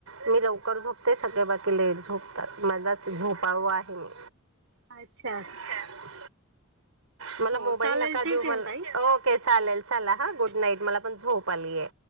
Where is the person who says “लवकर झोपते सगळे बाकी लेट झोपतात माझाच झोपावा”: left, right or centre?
Right